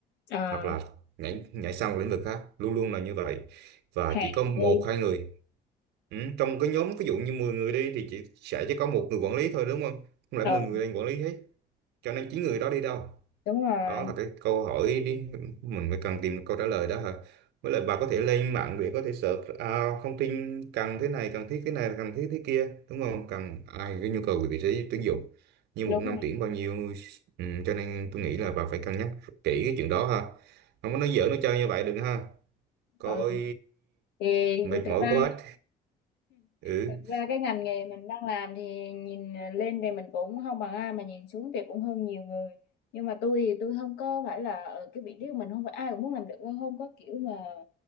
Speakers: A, on the left; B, on the right.
A: à
B: hoặc là nhảy nhảy sang một lĩnh vực khác luôn luôn là như vậy và
A: hèn
B: chỉ có một
A: chi
B: hai người ừ, trong cái nhóm ví dụ như 10 người đi thì chỉ sẽ chỉ có một người quản lý thôi đúng không không lẽ
A: ờ
B: 10 người lên quản lý hết cho nên chín người đó đi đâu
A: đúng rồi
B: đó là cái câu hỏi đi mình phải cần tìm câu trả lời đó hả với lại bà có thể lên mạng để có thể search à, thông tin cần thế này cần thiết thế này cần thiết thế kia đúng không cần ai cái nhu cầu về vị trí tuyển dụng như
A: đúng
B: một năm
A: rồi
B: tuyển bao nhiêu ừ, cho nên tôi nghĩ là bà phải cân nhắc kỹ cái chuyện đó ha không có nói giỡn nói chơi như vậy đừng ha coi
A: ờ. thì
B: mệt
A: thực
B: mỏi
A: ra
B: quá ừ,
A: thực ra cái ngành nghề mình đang làm thì nhìn lên thì mình cũng không bằng ai mà nhìn xuống thì cũng hơn nhiều người nhưng mà tôi thì tôi không có phải là ở cái vị trí của mình không phải ai cũng muốn làm được không có kiểu mà